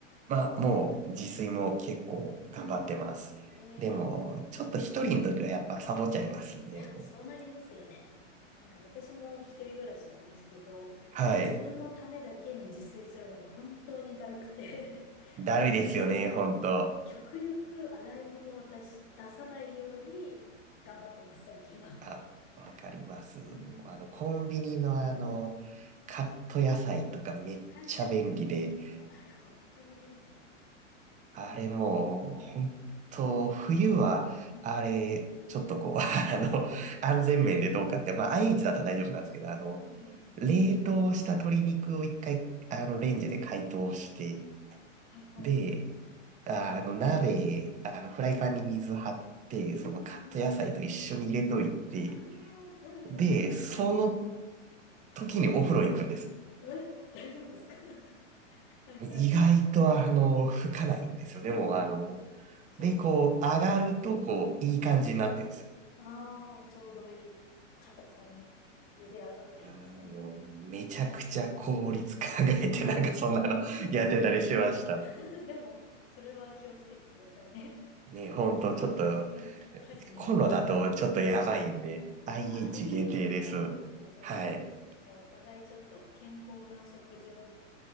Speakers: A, on the right (about 20°); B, on the left (about 35°).
A: まあもう自炊も結構頑張ってます。
B: うん。うんうんうん。えー。
A: でも、ちょっと一人の時はやっぱサボっちゃいますね、
B: うんうんいや、
A: もう。
B: そうなりますよね。なんか私も一人暮らしなんですけど、
A: はい。
B: 自分のためだけに自炊するのが本当にだるくて <laughs>
A: だるいですよね、
B: なので、
A: ほんと。
B: もう極力洗い物を出し、出さないように頑張ってます、最近は。
A: あ、わかります。
B: うん。
A: もう、あの、コンビニのあの、カット野菜とかめっちゃ便利で、
B: はいはいはいはい。いや、あれ本当に便利。
A: あれもう、
B: なんか、うん、
A: 本当冬は、
B: うん、
A: あれ、ちょっとこう、<laughs> あの、
B: うん、うん、
A: 安全面でどうかって、まあ、IH だったら大丈夫なんですけど、あの、
B: うん、うん、うんうん。
A: 冷凍した鶏肉を一回、あの、レンジで解凍して、
B: はいはいはい。
A: で、ああの、鍋、あの、フライパンに水張って、
B: うん、
A: そのカット野菜と一緒に入れといて、
B: うん、うん。ああ、うん、
A: で、
B: うん、うん。
A: その時にお風呂行くんです。
B: え、<laughs> 大丈夫ですか <laughs> はいはいはい。
A: 意外とあの、吹かないんですよね、
B: うん。
A: もうあの、
B: そうか、
A: で、こう、
B: そうか。
A: 上がると、こう、いい感じになってるんです。
B: ああ、ちょうどいい硬さに茹で上がってるんですね。
A: あのめちゃくちゃ効率考えて、
B: うん
A: なんかそんなの
B: <laughs> 本当ですね。
A: <laughs> やってたりしました。
B: <laughs> でも、それは気をつけてくださいね。
A: ね、
B: <laughs>
A: ほんと、ちょっと、
B: うん。火事にならないように。
A: コンロだとちょっとやばいんで、
B: うん、
A: IH
B: あ、まあ、IH
A: 限定です。
B: だから大丈夫か。
A: はい。
B: じゃあ、お互いちょっと健康な食事を、